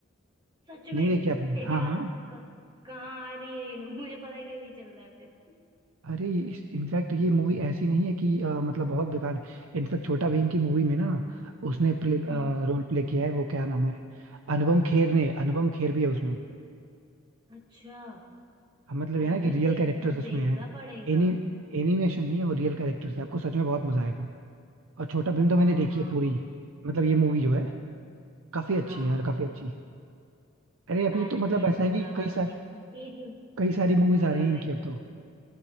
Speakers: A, on the right; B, on the right.
A: सच में
B: नहीं देखी आपने
A: <laughs>
B: हाँ
A: यार
B: हाँ
A: क- कहाँ आ रही है ये लोग मुझे पता क्यों नहीं चल रहा है फिर
B: अरे ये इनफैक्ट ये मूवी ऐसी नहीं है कि अ, मतलब बहुत बेकार है इनफैक्ट छोटा भीम की मूवी में ना उसने प्ले,
A: हम्म
B: रोल प्ले किया है वो क्या नाम है अनुपम खेर ने अनुपम खेर भी है उसमें
A: अच्छा
B: हाँ, मतलब
A: यार
B: ये ना कि
A: फिर
B: रियल
A: तो ये
B: कैरेक्टर्स
A: सब
B: उसमें
A: देखना
B: हैं
A: पड़ेगा
B: एनी एनिमेशन नहीं है वो रियल कैरेक्टर्स है आपको सच में बहुत मजा आएगा और छोटा भीम तो मैंने
A: हाँ
B: देखी
A: हाँ
B: है पूरी
A: हाँ
B: मतलब ये मूवी जो है
A: अच्छा
B: काफी अच्छी
A: हाँ
B: है यार काफी अच्छी अरे अभी
A: पहले
B: तो मतलब
A: तो मैं
B: ऐसा
A: डोरा
B: है कि
A: वाला
B: कई सारी
A: देखूंगी <laughs>
B: कई सारी मूवीज
A: डोरा
B: आ रही हैं
A: का
B: इनकी
A: एक्सप्लोर
B: अब तो